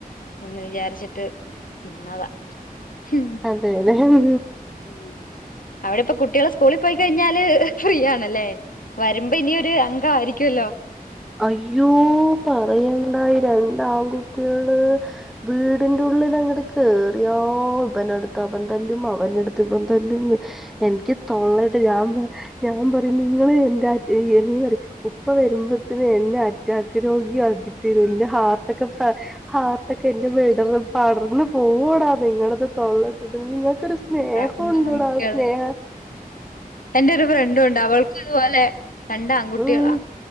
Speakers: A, on the left; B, in the centre.
A: എന്ന് വിചാരിച്ചിട്ട് നിന്നതാ ഉം.
B: അതെതെ ഉം
A: ഉം. അവിടെ ഇപ്പ കുട്ടികളെ സ്കൂളിൽ പോയിക്കഴിഞ്ഞാല് ഫീ ആണല്ലേ വരുമ്പോ ഇനിയൊരു അംഗമായിരിക്കുമല്ലോ
B: അയ്യോ പറയണ്ടായി രണ്ടാൺകുട്ടികള് വീടിന്റെ ഉള്ളിൽ അങ്ങട് കേറിയോ ഇവനടുത്ത് അവൻ തല്ലും അവനടുത്ത് ഇവൻ തല്ലുന്ന് എനിക്ക് തോള്ളട്ട് ഞാൻ ഞാൻ പറയും നിങ്ങള് എന്ത ഇീ പറ ഉപ്പ വരുമ്പോ എന്നെ അറ്റാക്ക് രോഗിയാക്കി തീരൂന്റെ ഹാർട്ടൊക്കെ ഹാർട്ടൊക്കെ എന്റെ മേട പടർന്നു പോവുടാ നിങ്ങളുടെത് തൊള്ളിട്ടിട്ട് നിങ്ങൾ ക്ക സ്നേഹമുണ്ടോടാ
A: രണ്ട് ആൺകുട്ടികള്
B: സ്നേഹ
A: എന്റെ ഒരു ഫ്രണ്ടും ഉണ്ട് അവൾക്കും ഇതുപോലെ രണ്ട് ആൺകുട്ടികളാ
B: ഉം